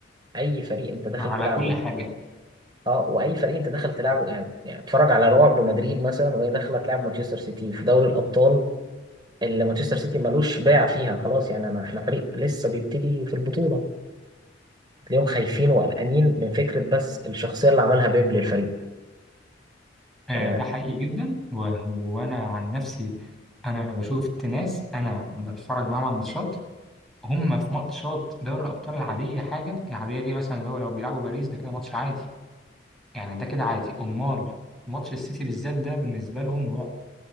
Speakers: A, on the right; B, in the centre.
A: اي فريق انت داخل
B: على
A: تلعبه
B: كل حاجه
A: اه واي فريق انت داخل تلعبه يعني يعني اتفرج على رعب مدريد مثلا وهي داخله تلعب مانشستر سيتي في دوري الابطال اللي مانشستر سيتي ملوش باع فيها خلاص يعني انا احنا فريق لسه بيبتدي في البطوله تلاقيهم خايفين وقلقانين من فكره بس الشخصيه اللي عملها بيب للفريق
B: آه،
A: آه
B: ده حقيقي جدا و- وانا عن نفسي انا بشوف ناس انا بتفرج معاهم على الماتشات هم في ماتشات دوري الابطال العاديه حاجه العاديه دي مثلا اللي هو لو بيلعبوا باريس ده كده ماتش عادي يعني ده كده عادي امال ماتش السيتي بالذات ده بالنسبه لهم رعب